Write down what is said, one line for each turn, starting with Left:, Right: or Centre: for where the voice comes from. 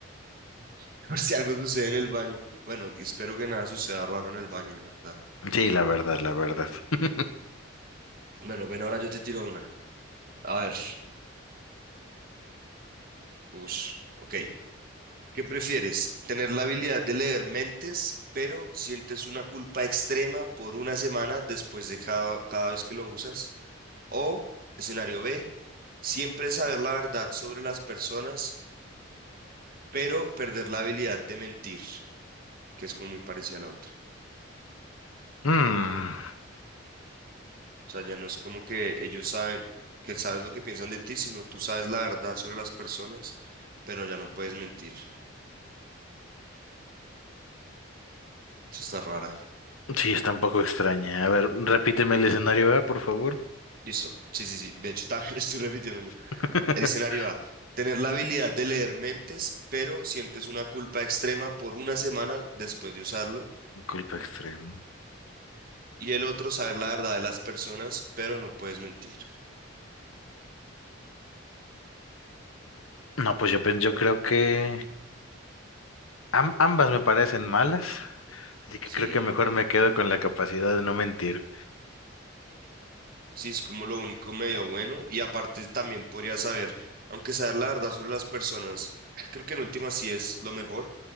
Right: <laughs> Por si algo sucede en el baño. Bueno, y espero que nada suceda raro en el baño, la verdad.
Left: Sí, la verdad, la verdad. <laughs>
Right: Bueno, ven, ahora yo te tiro una. A ver, ush, ok. ¿Qué prefieres? ¿Tener la habilidad de leer mentes, pero sientes una culpa extrema por una semana después de cada, cada vez que lo usas? ¿O escenario B? Siempre saber la verdad sobre las personas, pero perder la habilidad de mentir, que es como muy parecida a la otra.
Left: Mm.
Right: O sea, ya no es como que ellos saben que sabes lo que piensan de ti, sino tú sabes la verdad sobre las personas, pero ya no puedes mentir. Eso está rara.
Left: Sí,
Right: Hmm,
Left: está un poco extraña. A ver, repíteme el escenario A, por favor.
Right: Listo. Sí, sí, sí. De hecho, también <laughs> lo estoy repitiendo yo.
Left: <laughs>
Right: El escenario A. Tener la habilidad de leer mentes, pero sientes una culpa extrema por una semana después de usarlo.
Left: Culpa extrema.
Right: Y el otro, saber la verdad de las personas, pero no puedes mentir.
Left: No, pues yo, pen- yo creo que am- ambas me parecen malas, así que
Right: Sí.
Left: creo que mejor me quedo con la capacidad de no mentir.
Right: Sí, es como lo único medio bueno. Y aparte también podría saber, aunque saber la verdad sobre las personas, <sighs> creo que en última sí es lo mejor,